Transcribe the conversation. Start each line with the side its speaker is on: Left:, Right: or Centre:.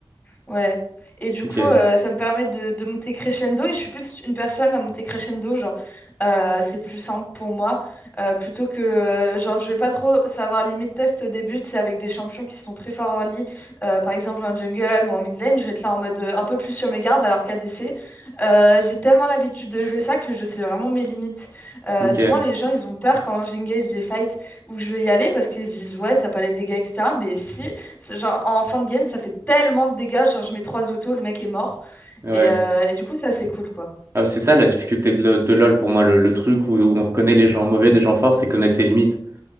Left: Ouais. Et du
Right: Ok.
Left: coup, euh, ça me permet de, de monter crescendo. Et je suis plus une personne à monter crescendo, genre, euh, c'est plus simple pour moi. euh, plutôt que, euh, genre, je vais pas trop savoir limite test au début, c'est avec des champions qui sont très forts early, euh, par exemple en jungle ou en mid lane, je vais être là en mode euh, un peu plus sur mes gardes, alors qu'ADC, euh, j'ai tellement l'habitude de jouer ça que je sais vraiment mes limites. Euh,
Right: Ok.
Left: souvent, les gens, ils ont peur quand j'engage des fights où je vais y aller parce qu'ils se disent, ouais, t'as pas les dégâts, etc. Mais si. C'est Genre, en fin de game, ça fait tellement de dégâts. Genre, je mets trois autos, le mec est mort.
Right: Ouais.
Left: Et, euh, et du coup, ça, c'est cool, quoi.
Right: Ah, c'est ça la difficulté de, le- de LoL pour moi, le, le truc où, où on reconnaît les gens mauvais des gens forts, c'est connaître ses limites.